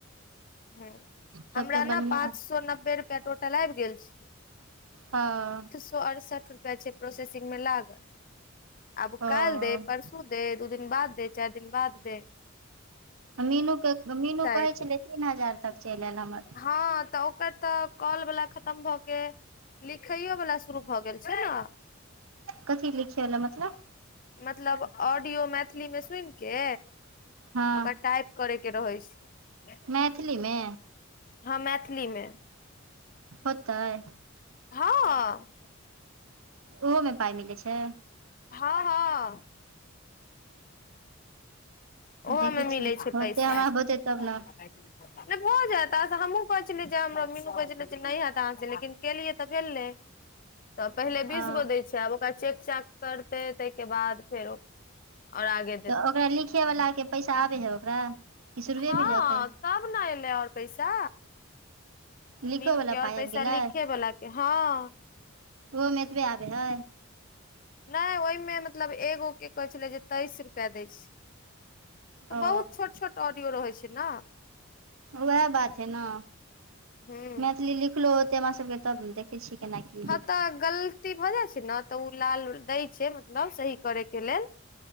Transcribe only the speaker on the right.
तब
तऽ
बढ़िआँ
हँ।
ओ
मीनूके मीनू कहै
छेलै तीन हजार तक चैल एयल हमर।
कथी लिखैय वला मतलब।
हँ
मैथिलीमे
होतै
ओहोमे पाय मिलै छै।
देखै
छी
होतै
हमरा
होतै तब ने
आ
तऽ ओकरा लिखे वला के पैसा आबै हइ ओकरा। कि शुरुए
भेलै एखन
लिखोवला
पाइ
आबि गेलै
ओहोमे एतबे आबै हइ।
ओ
उएह बात छै न
मैथिली लिखलो होते हमरा सभके तब ने देख कि छी केना की
हेतै